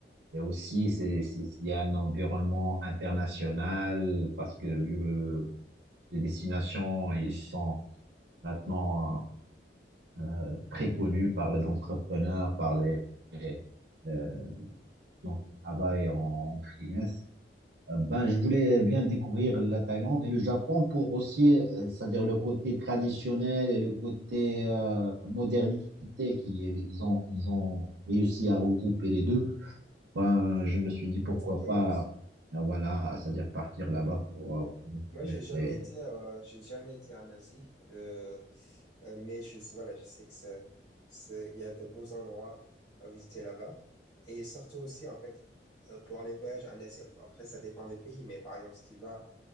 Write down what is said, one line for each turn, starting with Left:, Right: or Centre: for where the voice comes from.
Right: et aussi, c'est, c'est, il y a un environnement international parce que vu le, les destinations, ils sont maintenant euh, très connus par les entrepreneurs, par les, les, euh, gens qui travaillent en freelance. Euh, Ben, je voulais bien découvrir la Thaïlande et le Japon pour aussi, euh, c'est-à-dire le côté traditionnel et le côté euh, modernité qui ils ont ils ont réussi à regrouper les deux. Ben, je me suis dit pourquoi
Left: Oui.
Right: pas, euh, voilà, c'est-à-dire partir là-bas pour, euh, pour découvrir.
Left: Moi, j'ai jamais
Right: ces-
Left: été, euh, j'ai jamais été en Asie, euh, euh, mais je, voilà, je sais que c'est, c'est- il y a de beaux endroits à visiter là-bas. Et surtout aussi, en fait, euh, pour les voyages en Asie, enfin, après, ça dépend des pays, mais par exemple, si tu vas